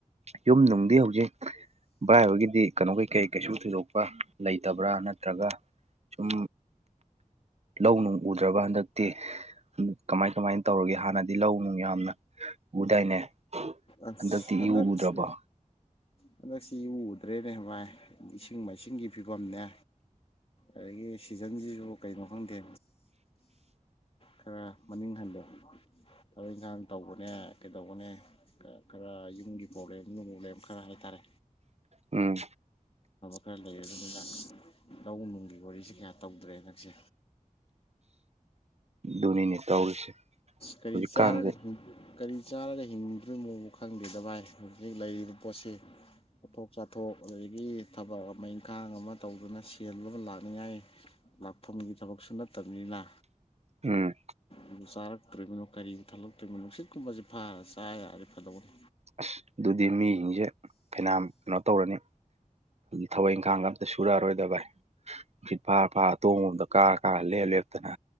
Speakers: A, on the right; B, on the left.
A: ꯌꯨꯝ ꯅꯨꯡꯗꯤ ꯍꯧꯖꯤꯛ ꯚꯥꯏꯍꯣꯢꯒꯤꯗꯤ ꯀꯩꯅꯣ ꯀꯩꯀꯩ ꯀꯩꯁꯨꯝ ꯊꯣꯏꯗꯣꯛꯄ ꯂꯩꯇꯕ꯭ꯔꯥ ꯅꯠꯇ꯭ꯔꯒ ꯁꯨꯝ ꯂꯧ ꯅꯨꯡ ꯎꯗ꯭ꯔꯕ ꯍꯟꯗꯛꯇꯤ ꯀꯃꯥꯏ ꯀꯃꯥꯏꯅ ꯇꯧꯔꯒꯦ ꯍꯥꯟꯅꯗꯤ ꯂꯧ ꯅꯨꯡ ꯌꯥꯝꯅ ꯎꯗꯥꯏꯅꯦ
B: ꯑꯁ
A: ꯍꯟꯗꯛꯇꯤ
B: ꯍꯟꯗꯛꯁꯤ
A: ꯏꯎ ꯎꯗ꯭ꯔꯕꯣ
B: ꯍꯟꯗꯛꯁꯤ ꯎꯗ꯭ꯔꯦꯅꯦ ꯚꯥꯏ ꯏꯁꯤꯡ ꯃꯥꯏꯁꯤꯡꯒꯤ ꯐꯤꯕꯝꯅꯦ ꯑꯗꯒꯤ ꯁꯤꯖꯟꯁꯤꯁꯨ ꯀꯩꯅꯣ ꯈꯪꯗꯦ ꯈꯔ ꯃꯅꯤꯡ ꯍꯟꯂꯦ ꯊꯕꯛ ꯏꯪꯈꯥꯡ ꯇꯧꯕꯅꯦ ꯀꯩꯗꯧꯕꯅꯦ ꯈꯔ ꯌꯨꯝꯒꯤ ꯄ꯭ꯔꯣꯕ꯭ꯂꯦꯝ ꯅꯨꯡ ꯄ꯭ꯔꯣꯕ꯭ꯂꯦꯝ ꯈꯔ ꯍꯥꯏꯇꯥꯔꯦ
A: ꯎꯝ
B: ꯈꯔ ꯂꯩꯔꯦ ꯑꯗꯨꯅ ꯂꯧ ꯅꯨꯡꯒꯤ ꯋꯥꯔꯤꯁꯦ ꯀꯌꯥ ꯇꯧꯗ꯭ꯔꯦ ꯍꯟꯗꯛꯁꯦ
A: ꯗꯨꯅꯤꯅꯦ ꯇꯧꯔꯤꯁꯦ
B: ꯀꯔꯤ
A: ꯍꯧꯖꯤꯛꯀꯥꯟꯁꯦ
B: ꯆꯥꯔꯒ ꯀꯔꯤ ꯆꯥꯔꯒ ꯍꯤꯡꯗ꯭ꯔꯤꯅꯣꯕꯨ ꯈꯪꯗꯦꯗ ꯚꯥꯏ ꯍꯧꯖꯤꯛ ꯂꯩꯔꯤꯕ ꯄꯣꯠꯁꯤ ꯄꯣꯠꯊꯣꯛ ꯆꯥꯊꯣꯛ ꯑꯗꯒꯤ ꯊꯕꯛ ꯑꯃ ꯏꯪꯈꯥꯡ ꯑꯃ ꯇꯧꯗꯨꯅ ꯁꯦꯜꯂꯕ ꯂꯥꯛꯅꯤꯡꯉꯥꯏ ꯂꯥꯛꯐꯝꯒꯤ ꯊꯕꯛꯁꯨ ꯅꯠꯇꯕꯅꯤꯅ
A: ꯎꯝ
B: ꯑꯗꯨ ꯆꯥꯔꯛꯇ꯭ꯔꯤꯕꯅꯣ ꯀꯔꯤꯕꯨ ꯊꯜꯂꯛꯇꯣꯢꯅꯣ ꯅꯨꯁꯤꯠꯀꯨꯝꯕꯁꯤ ꯐꯥꯔꯒ ꯆꯥ ꯌꯥꯔꯗꯤ ꯐꯗꯧꯅꯤ
A: ꯑꯁ ꯑꯗꯨꯗꯤ ꯃꯤꯁꯤꯡꯁꯦ ꯐꯩꯅꯥꯝ ꯀꯩꯅꯣ ꯇꯧꯔꯅꯤ ꯊꯕꯛ ꯏꯪꯈꯥꯡ ꯑꯝꯇ ꯁꯨꯔꯛꯑꯔꯣꯏꯗ ꯚꯥꯏ ꯅꯨꯡꯁꯤꯠ ꯐꯥꯔ ꯐꯥꯔ ꯇꯣꯡꯕꯝꯗ ꯀꯥꯔ ꯀꯥꯔ ꯂꯦꯞ ꯂꯦꯞꯇꯅ